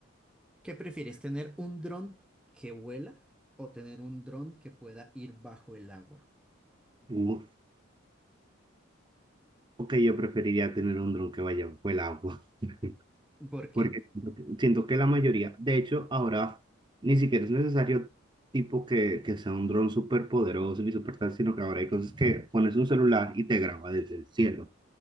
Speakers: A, in the centre; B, on the right.
A: ¿Qué prefieres, tener un dron que vuela o tener un dron que pueda ir bajo el agua?
B: Uf, ok, yo preferiría tener un dron que vaya bajo el agua. <laughs>
A: ¿Por qué?
B: porque siento que siento que la mayoría, de hecho, ahora ni siquiera es necesario tipo que, que sea un dron súper poderoso ni súper tal, sino que ahora hay cosas que pones un celular y te graba desde el cielo.